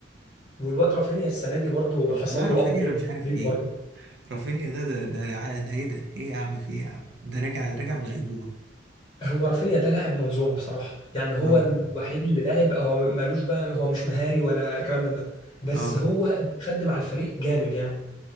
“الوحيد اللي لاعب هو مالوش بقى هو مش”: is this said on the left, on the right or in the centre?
Left